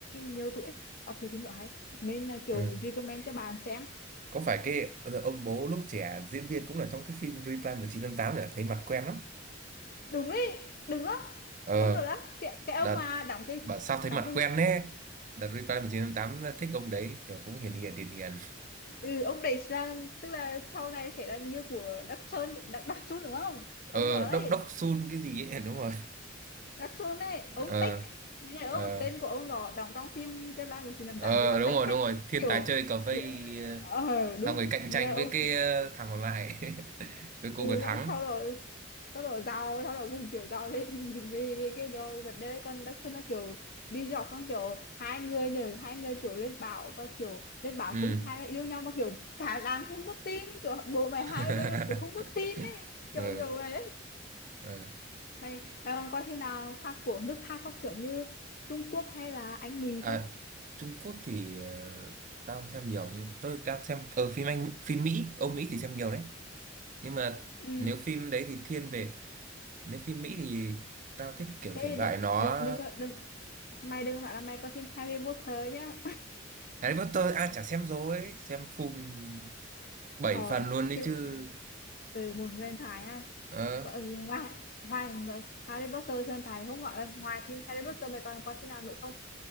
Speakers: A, on the left; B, on the right.
A: nhiều tuổi ấy. đọc thì phim đó hay nên là kiểu
B: Ừ.
A: recommend cho bạn xem
B: Có phải cái ờ, ông bố lúc trẻ diễn viên cũng là trong cái phim Reply 1988 để thấy mặt quen lắm.
A: đúng đấy đúng đó
B: Ờ,
A: ông nữa đó cái, cái ông
B: đợt
A: mà đóng cái
B: bảo sao thấy
A: đóng
B: mặt
A: cái
B: quen nè. Đợt Reply 1988 thích ông đấy, kiểu cũng hiền hiền hiền hiền.
A: ừ, ông đấy là tức là sau này sẽ là như của Đắc Sơn Đắc, Đắc Xuân đúng không
B: Ờ,
A: ông nữa đấy
B: đốc đốc Sun cái gì ấy, <laughs> đúng rồi.
A: đắc Sơn ấy
B: Ờ,
A: ông Tích cái nhà
B: ờ,
A: ông tên của ông đó đóng trong phim Chết Lai 1988
B: ờ,
A: tên là
B: đúng
A: Tích
B: rồi,
A: ấy
B: đúng rồi, thiên
A: kiểu
B: tài chơi cờ vây
A: kiểu
B: ờ,
A: ờ đúng
B: xong rồi cạnh
A: nhờ
B: tranh
A: ông
B: với cái ờ, thằng còn lại. <laughs> Cuối cùng
A: ừ
B: là thắng.
A: xong sau rồi sau rồi giàu sau rồi cùng kiểu giàu lên <laughs> vì vì cái đó vấn đề đấy. còn Đắc Xuân là kiểu đi dọc xong kiểu hai người nhờ hai người kiểu lên bảo và kiểu lên bảo
B: Ừ.
A: cũng khai là yêu nhau mà kiểu cả làng không có tin kiểu bố mày
B: <laughs>
A: hai bên kiểu không có tin ấy kiểu
B: ừ.
A: kiểu vậy ấy
B: ừ.
A: mày mày còn coi phim nào khác của nước khác không kiểu như Trung Quốc hay là Anh Mỹ
B: À,
A: không
B: Trung Quốc thì ờ, tao không xem nhiều nhưng tôi tao xem ở phim Anh phim Mỹ Âu Mỹ thì xem nhiều đấy nhưng mà
A: Ừ,
B: nếu phim đấy thì thiên về nếu phim Mỹ thì tao thích kiểu thể
A: ê
B: loại
A: đừng
B: nó
A: đừng đừng có- đừng mày đừng nói là mày coi phim Harry Potter nhá
B: Harry Potter à chả xem rồi xem full 7
A: ờ
B: phần luôn đấy
A: phim
B: chứ
A: từ một huyền thoại ha
B: Ờ.
A: có, ừ, ngoài ngoài nói- Harry Potter huyền thoại thì không gọi là ngoài phim Harry Potter mày còn coi phim nào nữa không